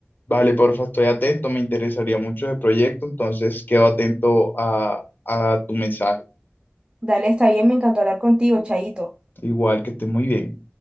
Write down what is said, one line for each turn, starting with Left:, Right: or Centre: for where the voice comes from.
Left: Vale, porfa, estoy atento, me interesaría mucho el proyecto, entonces quedo atento a, a tu mensaje.
Right: dale, está bien, me encantó hablar contigo, Chaito.
Left: Igual que estés muy bien.